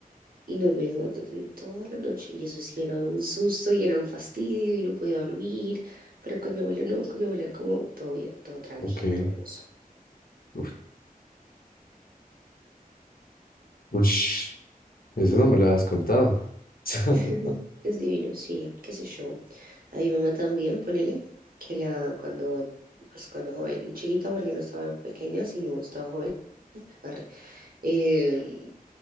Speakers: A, on the right; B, on the left.
A: Y no me dejaban dormir toda la noche. Y eso sí era un susto y era un fastidio y no podía dormir. Pero con mi abuelo no, con mi abuelo era como todo bien, todo tranqui,
B: Ok.
A: todo hermoso.
B: Uf. Ush. Eso no me lo has contado. <laughs>
A: <laughs> Es divino, sí, qué sé yo. A mi mamá también, ponele, que la, cuando, pues cuando joven, chiquita, porque no estaba pequeña, sino estaba joven, arre, Eh,